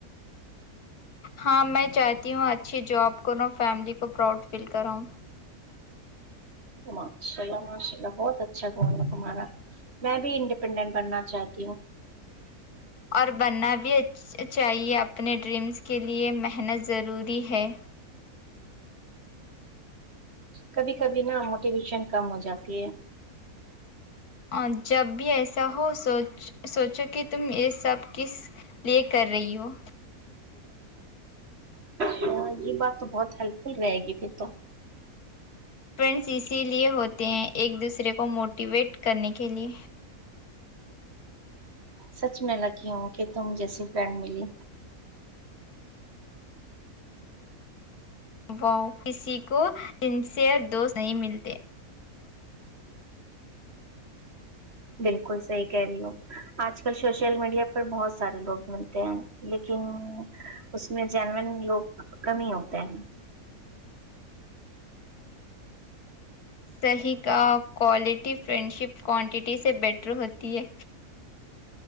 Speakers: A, on the left; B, on the right.
A: ہاں میں چاہتی ہوں اچھی جاب کروں فیملی کو پراؤڈ فیل کرو
B: ماشاء اللہ ماشاء اللہ بہت اچھا گن ہے تمہارا میں بھی انڈیپینڈنٹ بننا چاہتی ہوں
A: اور بننا بھی اچھا چاہیے اپنے ڈریمس کے لیے محنت ضروری ہے
B: کبھی کبھی نا موٹیویشن کم ہو جاتی ہے
A: اور جب بھی ایسا ہو سوچ سوچو کہ تم یہ سب کس لئے کر رہی ہو
B: اچھا یہ بات تو بہت ہیلپ فل رہے گی پھر تو
A: فرینڈس اسی لیے ہوتے ہیں ایک دوسرے کو موٹیویٹ کرنے کے لیے
B: سچ میں لکی ہوں کہ تم جیسی فرینڈ ملی
A: وہ کسی کو سنسیئر دوست نہیں ملتے
B: بالکل صحیح کہہ رہی ہو آج کل سوشل میڈیا پر بہت سارے لوگ ملتے ہیں لیکن اس میں جینوین لوگ کم ہی ہوتے ہیں
A: صحیح کہا کوالٹی فرینڈشپ کوانٹیٹی سے بیٹر ہوتی ہے